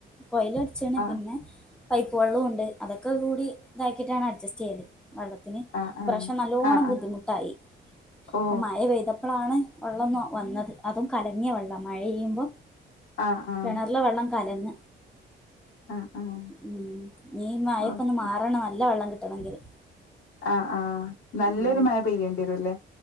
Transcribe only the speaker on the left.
ആഹ്
ആഹ്
ആഹ്
ആഹ് ആഹ്
ഓ
ആഹ് ആഹ്
ആഹ് ആഹ്
ഓക്കെ
ആഹ് ആഹ് നല്ലൊരു
മയ പെയ്യണ്ടി വരുംലെ